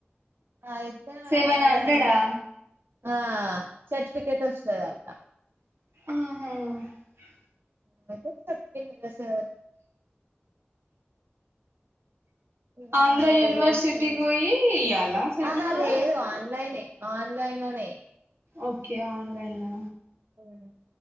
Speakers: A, on the right; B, on the right.
A: అయితే
B: సెవెన్
A: ఎవరన
B: హండ్రెడా
A: ఆ సర్టిఫికేట్ వస్తదంట
B: ఉహు
A: ద చెప్పద సార్ ఇక
B: ఆంధ్ర
A: ఎవరు
B: యూనివర్సిటీకి
A: చేస్తారండి
B: పోయి ఇయ్యాలా సెమినార్
A: ఆహా లేదు ఆన్లైన్ ఆన్‌లైన్ లోనీ
B: ఓకే ఆన్లైన్ లో
A: మ్